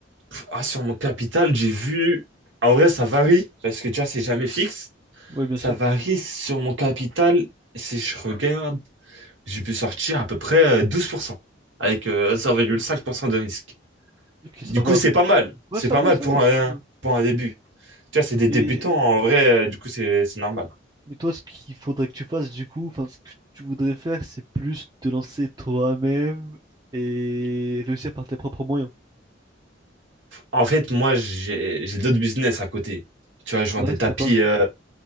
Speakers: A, on the right; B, on the right.
A: Pff, ah, sur mon capital, j'ai vu... En vrai, ça varie, parce que tu vois, c'est jamais fixe.
B: Oui, bien
A: Ça
B: sûr.
A: varie sur mon capital. Si je regarde, j'ai pu sortir à peu près euh, 12%, avec euh, 0,5% de risque.
B: Ok,
A: Du
B: ça va.
A: coup, c'est pas mal.
B: ouais
A: C'est
B: ça
A: pas
B: va,
A: mal
B: ça
A: pour
B: va, c'est
A: un,
B: pas mal.
A: pour un début. Tu vois, c'est des
B: Mais,
A: débutants, en vrai, euh, du coup, c'est, c'est normal.
B: mais toi, ce qu'il faudrait que tu fasses, du coup, enfin, ce que tu voudrais faire, c'est plus te lancer toi-même et réussir par tes propres moyens.
A: En fait, moi, j'ai, j'ai d'autres business à côté. Tu vois, je vends
B: Ah
A: des
B: ouais, c'était
A: tapis
B: quoi?
A: euh,